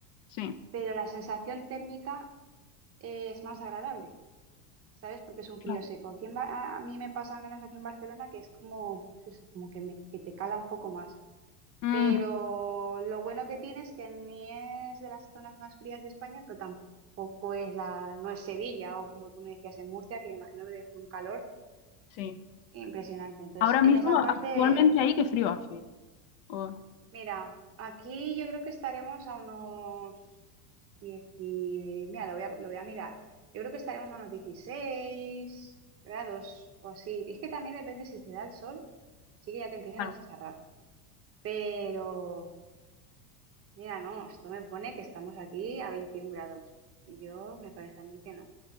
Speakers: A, on the left; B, on the right.
A: Sí,
B: pero la sensación térmica es más agradable, ¿sabes? Porque es un
A: claro.
B: frío seco. Aquí en Ba- a mí me pasa al menos aquí en Barcelona que es como, pues eso, como que, me- que te cala un poco más.
A: Mm,
B: Pero lo bueno que tiene es que ni es de las zonas más frías de España, pero tampoco es la, no es Sevilla o como tú me decías en Murcia, que me imagino que debe hacer un calor
A: sí.
B: impresionante. Entonces,
A: Ahora mismo,
B: en esa
A: actualmente
B: parte,
A: ahí, qué frío hace. O-
B: mira, aquí yo creo que estaremos a unos 10, y- mira, lo voy a, lo voy a mirar. Yo creo que estaremos a unos 16 grados o así. Es que también depende si te da el sol, sí que ya te empiezas
A: claro,
B: a chicharrar. Pero Mira, no, esto me pone que estamos aquí a 21 grados. Y yo, me parece a mí que no.